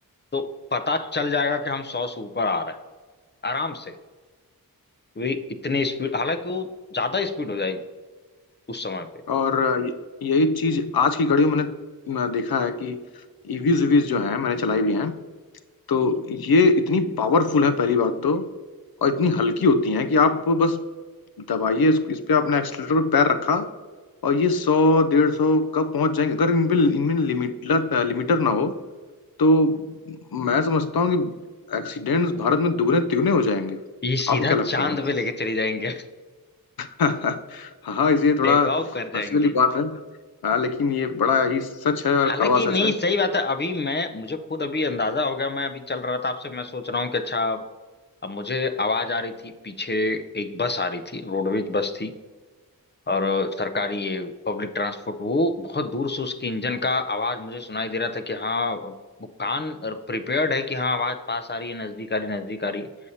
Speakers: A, on the left; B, on the left.
A: तो पता चल जाएगा कि हम सौ से ऊपर आ रहे हैं आराम से वे इतने स्पीड हालांकि वो ज्यादा स्पीड हो जाएगी उस समय पे
B: और य- यही चीज आज की घड़ी में मैंने अ, देखा है कि ईवीज वीज जो हैं मैंने चलाई भी हैं तो ये इतनी पावरफुल है पहली बात तो और इतनी हल्की होती हैं कि आप बस दबाइए इस, इस पे आपने एक्सीटर पे पैर रखा और ये सौ डेढ़ सौ कब पहुंच जाएंगे अगर इन पे इनमें लिमिटर लिमिटर ना हो तो मैं समझता हूँ कि एक्सीडेंट्स भारत में दुगने तिगने हो जाएंगे
A: ये सीधा
B: आपको क्या
A: चांद
B: लगता है
A: पे लेके चली जाएंगे <laughs>
B: <laughs> हाँ इसलिए थोड़ा
A: टेक ऑफ कर
B: हंसी
A: जाएंगी
B: वाली बात है हाँ लेकिन ये बड़ा ही सच है और
A: हालांकि
B: कड़वा
A: नहीं
B: सच है
A: सही बात है अभी मैं मुझे खुद अभी अंदाजा हो गया मैं अभी चल रहा था आपसे मैं सोच रहा हूँ कि अच्छा अब मुझे आवाज आ रही थी पीछे एक बस आ रही थी रोडवेज बस थी और सरकारी ये पब्लिक ट्रांसपोर्ट वो बहुत दूर से उसके इंजन का आवाज मुझे सुनाई दे रहा था कि हाँ वो कान प्रिपेयर्ड है कि हाँ आवाज पास आ रही है नजदीक आ रही है, नजदीक आ रही है,